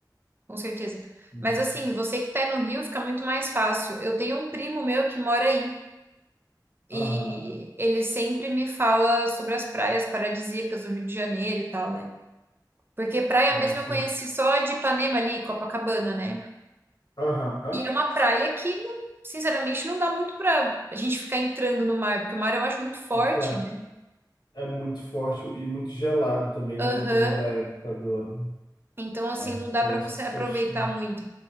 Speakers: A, on the right; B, on the left.
A: com certeza.
B: Né?
A: Mas assim, você que tá no Rio fica muito mais fácil. Eu tenho um primo meu que mora aí, e
B: Aham,
A: ele sempre me fala sobre as praias paradisíacas do Rio de Janeiro e tal, né? Porque praia
B: nossa.
A: mesmo eu conheci só de Ipanema ali, Copacabana, né?
B: Aham,
A: E é uma praia que, não- sinceramente, não dá muito pra a gente ficar entrando no mar, porque o mar eu acho muito forte,
B: fica.
A: né?
B: É muito forte e muito gelado também,
A: Aham.
B: né? Dependendo da época do ano.
A: Então, assim,
B: É,
A: não dá
B: tem
A: pra
B: essas
A: você aproveitar
B: questões.
A: muito.